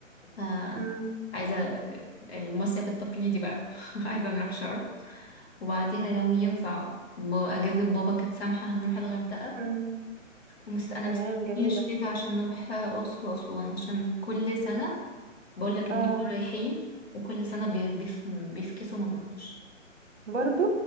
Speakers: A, on the left; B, on the right.
A: ف
B: امم
A: عايزة المصيف التقليدي بقى <laughs> عايزة نروح شرم وبعديها لو ينفع ب- أجازة بابا كانت سامحة هنروح الغردقة
B: امم
A: ومست أنا
B: تمام
A: مستنية
B: جميلة
A: الشتا عشان نروح أقصر وأسوان عشان كل سنة بقولك إن
B: اه
A: احنا رايحين وكل سنة بي- بيف... بيفكسوا ما بنروحش
B: برضو